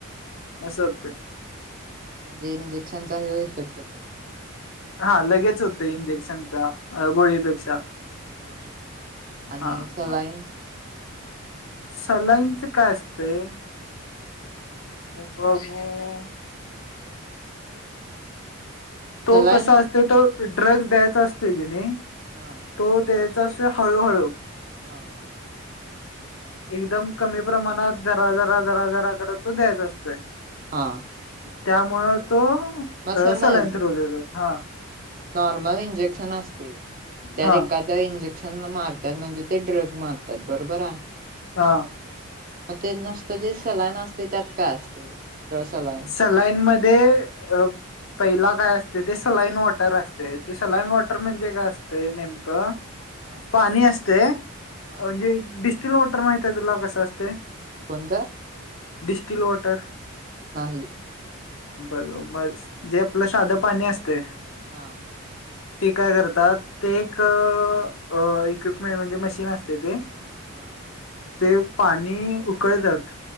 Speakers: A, on the left (about 70°); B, on the right (about 40°).
A: असंत ते.
B: म्हणजे इंजेक्शनचा जेवव इफेक्ट होतंय.
A: हा लगेच होते. इंजेक्शनचा गोळीपेक्षा.
B: हा हा आणि
A: हा,
B: सलाईन
A: हा. सलाईंच काय असतंय. हो <unintelligible> बू तो
B: सलाईन
A: कसा असतोय. तो ड्रग द्यायचा असतोय कीनी
B: हा.
A: तो देत असते हळूहळू.
B: हा.
A: एकदम कमी प्रमाणात. जरा, जरा, जरा, जरा करत तो द्यायच असतोय.
B: हा.
A: त्यामुळं तो,
B: मग
A: अ
B: समज
A: सलाईन चढवलेल हा.
B: नॉर्मल इंजेक्शन असतय, त्यात
A: हा
B: एकात त्या इंजेक्शन मारतात म्हणजे ते ड्रग मारतात बरोबर आहे.
A: हा.
B: म ते नसतं जे सलाईन असतय त्यात काय असतय. त संलाईन.
A: सलाईनमध्ये, अप पहिला काय असतय ते सलाईन वॉटर असतय ते सलाईन वॉटर म्हणजे काय असत नेमकं?
B: हा
A: पाणी असतय,
B: हा
A: म्हणजे डिस्टिल वॉटर माहिते आहे तुला कसं असतय.
B: कोणत?
A: Distil water.
B: नाही.
A: बर म, जे आपलं साधं पाणी असतय.
B: हां.
A: ते काय करतात. ते एक, अ इक्विपमेंट म्हणजे मशीन असतय ते.
B: हा.
A: ते पाणी उकळत्यात,